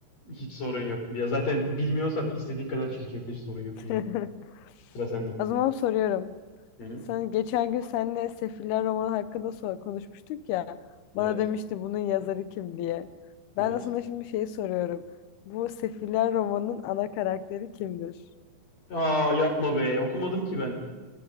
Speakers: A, on the left (about 35°); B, on the left (about 70°).
A: hiç sorun yok. Ya zaten bilmiyorsam istediğin kadar çirkefleş sorun yok
B: <laughs>
A: yani. Sıra sende.
B: O zaman soruyorum.
A: Hı hı.
B: Sen geçen gün seninle Sefiller romanı hakkında sor- konuşmuştuk ya. Bana
A: Evet.
B: demişti bunun yazarı kim diye. Ben
A: Evet.
B: de sana şimdi şeyi soruyorum. Bu Sefiller romanının ana karakteri kimdir?
A: Aa yapma be. Okumadım ki ben.